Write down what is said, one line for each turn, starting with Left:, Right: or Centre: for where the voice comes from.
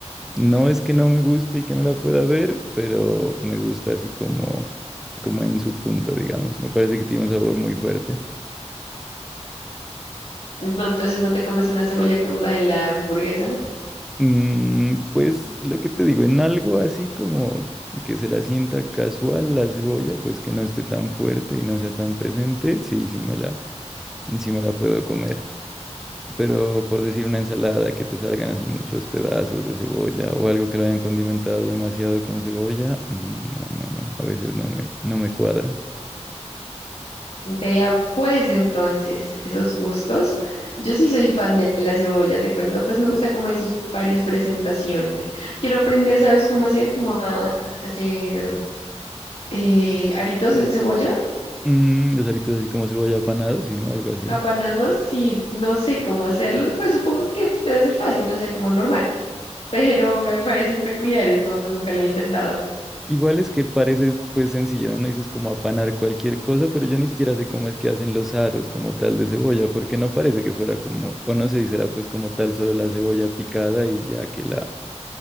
Centre: No es que no me guste y que no la pueda ver, pero me gusta así como, como en su punto, digamos. Me parece que tiene un sabor muy fuerte.
Left: No, entonces no te comes una cebolla cruda en la hamburguesa.
Centre: Mm, pues lo que te digo, en algo así como que se la sienta casual la cebolla, pues que no esté tan fuerte y no sea tan presente, sí, sí me la, sí me la puedo comer. Pero por decir una ensalada que te salgan así muchos pedazos de cebolla o algo que lo hayan condimentado demasiado con cebolla, mm, no, no, no, a veces no me, no me cuadra.
Left: Vea pues entonces esos gustos. Yo sí soy fan de la cebolla, te cuento, pues me gusta como en sus varias presentaciones. Quiero aprender, ¿sabes cómo hacer? Como a hacer eh, aritos de cebolla,
Centre: Mm, los aritos así como cebolla apanados, sino algo así.
Left: capanados, y no sé cómo hacerlos, pues supongo que debe ser fácil, no sea como normal, pero me parecen peculiares, no, nunca lo he intentado.
Centre: Igual es que parece pues sencillo, ¿no? No Dices como apanar cualquier cosa, pero yo ni siquiera sé cómo es que hacen los aros como tal de cebolla, porque no parece que fuera como, o no sé si será pues como tal solo la cebolla picada y ya que la,